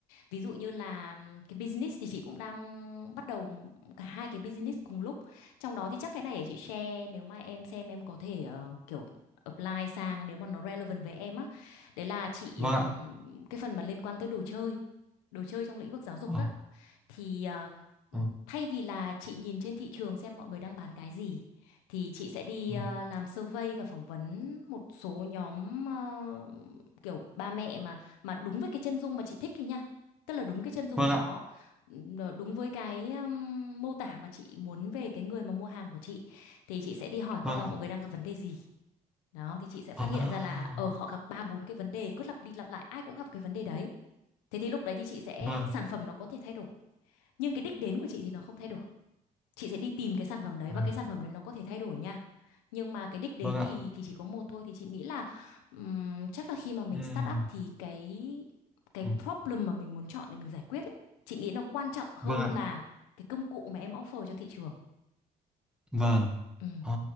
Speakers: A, on the left (about 85°); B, in the centre.
A: ví dụ như là cái business thì chị cũng đang bắt đầu cả hai cái business cùng lúc trong đó thì chắc cái này để chị share nếu mà em xem em có thể ờ, kiểu apply sang nếu mà nó relevant với em á đấy là chị
B: vâng
A: ờm,
B: ạ
A: cái phần mà liên quan tới đồ chơi đồ chơi trong lĩnh vực giáo dục
B: Ờ,
A: á thì ờ,
B: ờ,
A: thay vì là chị nhìn trên thị trường xem mọi người đang bán cái gì thì chị sẽ đi
B: ừ.
A: ờ, làm survey và phỏng vấn một số nhóm ờ, kiểu ba mẹ mà mà đúng với cái chân dung mà chị thích ấy nha tức là đúng cái chân dung
B: vâng
A: đó
B: ạ
A: nó đúng với cái um, mô tả mà chị muốn về cái người mà mua hàng của chị thì chị sẽ đi hỏi con
B: vâng
A: là
B: ạ
A: mọi người đang gặp vấn đề gì đó thì chị sẽ phát
B: à,
A: hiện ra là ở họ gặp ba bốn cái vấn đề cứ lặp đi lặp lại ai cũng gặp cái vấn đề đấy thế thì lúc đấy thì chị sẽ
B: vâng
A: sản phẩm nó có thể thay đổi nhưng cái đích đến của chị thì nó không thay đổi chị sẽ đi tìm cái sản phẩm đấy
B: à,
A: và cái sản phẩm đấy nó có thể thay đổi nha nhưng mà cái đích đến
B: vâng ạ
A: thì thì chỉ có một thôi thì chị nghĩ là ừm, chắc là khi mà mình
B: Ừm,
A: start up thì cái cái
B: ừ,
A: problem mà mình muốn chọn để mình giải quyết ấy, chị nghĩ nó quan trọng hơn
B: vâng ạ
A: là cái công cụ mà em offer cho thị trường
B: vâng
A: ừ
B: à,